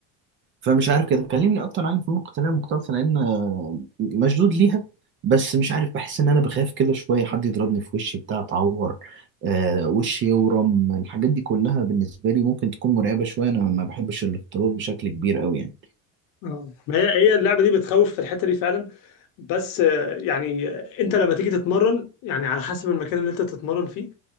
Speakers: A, on the right (about 35°); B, on the left (about 60°).
A: فمش عارف كده كلمني اكتر عن الفنون القتاليه المختلطه لان آه، مشدود ليها بس مش عارف بحس ان انا بخاف كده شويه حد يضربني في وشي بتاع اتعور آه، وشي يورم الحاجات دي كلها بالنسبه لي ممكن تكون مرعبه شويه انا ما بحبش الاختلاط بشكل كبير قوي يعني
B: اه ما هي هي اللعبة دي بتخوف في الحتة دي فعلا بس آه، يعني آه، انت لما تيجي تتمرن يعني على حسب المكان اللي انت تتمرن فيه